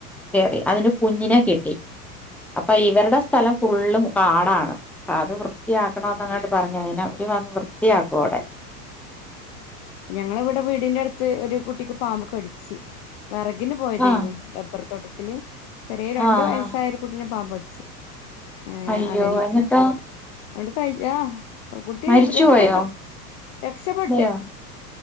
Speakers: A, in the centre; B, on the left.
A: കേറി അതിന്റെ കുഞ്ഞിനെ കിട്ടി അപ്പൊ ഇവരുടെ സ്ഥലം ഫുള്ളും കാടാണ് അത് വൃത്തിയാക്കണ എന്നങ്ങാട്ട് പറഞ്ഞു കഴിഞ്ഞാ അവര് വന്ന് വൃത്തിയാക്കും അവിടെ
B: ഞങ്ങളെ ഇവിടെ വീടിന്റെ അടുത്ത് ഒരു കുട്ടിക്ക് പാമ്പ് കടിച്ച് വിറകിന് പോയതായിരുന്നു
A: ആഹ്
B: റബ്ബർ തോട്ടത്തില് ചെറിയ രണ്ടു
A: ആഹ്
B: വയസ്സായരു കുട്ടീനെ പാമ്പ് കഠിച്ചു ഏഹ്
A: അയ്യോ
B: അണലി
A: എന്നിട്ടോ
B: അവടെ കഴ ആഹ് കുട്ടി
A: മരിച്ചു
B: രക്ഷപ്പെട്ടു
A: പോയോ
B: രക്ഷപെട്ട്
A: അതെയോ